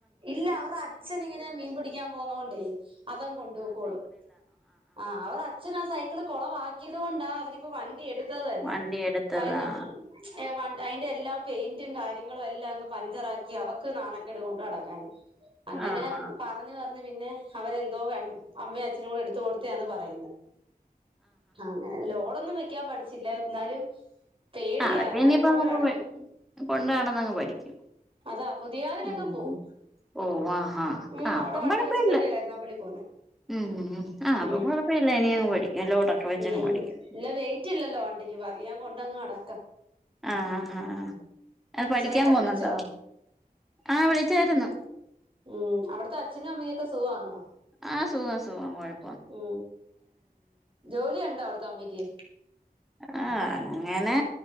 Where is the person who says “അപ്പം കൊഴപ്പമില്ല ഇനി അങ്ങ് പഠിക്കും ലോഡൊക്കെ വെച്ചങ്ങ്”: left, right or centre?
Centre